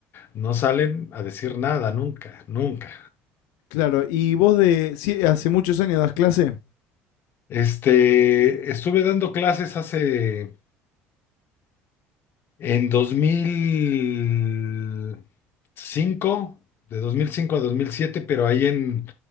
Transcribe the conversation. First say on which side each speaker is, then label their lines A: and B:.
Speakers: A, on the left; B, on the left.
A: no salen a decir nada, nunca, nunca.
B: Claro, y vos de, sí, hace muchos años das clase.
A: Este, estuve dando clases hace En dos mil cinco, de 2005 a 2007, pero ahí en,